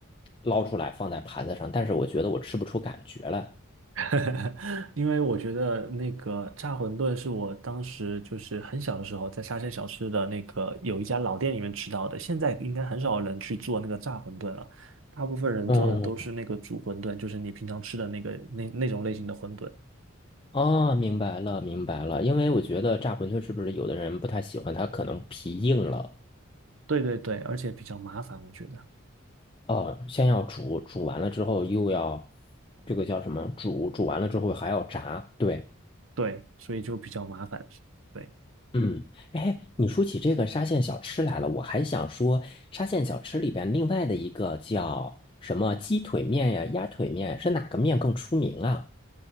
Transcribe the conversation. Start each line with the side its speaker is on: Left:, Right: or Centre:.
Left: 捞出来放在盘子上，但是我觉得我吃不出感觉来。
Right: <laughs> 因为我觉得那个炸馄饨是我当时就是很小的时候在沙县小吃的那个有一家老店里面吃到的，现在应该很少人去做那个炸馄饨了，大部分人做的都是那个煮馄饨，
Left: 嗯，
Right: 就是你平常吃的那个那那种类型的馄饨。
Left: 哦，明白了，明白了，因为我觉得炸馄饨是不是有的人不太喜欢，它可能皮硬了。
Right: 对对对，而且比较麻烦，我觉得。
Left: 哦，先要煮，煮完了之后又要这个叫什么？煮，煮完了之后还要炸。对，
Right: 对，所以就比较麻烦。对。
Left: 嗯，哎，你说起这个沙县小吃来了，我还想说沙县小吃里边另外的一个叫什么鸡腿面呀、鸭腿面，是哪个面更出名啊？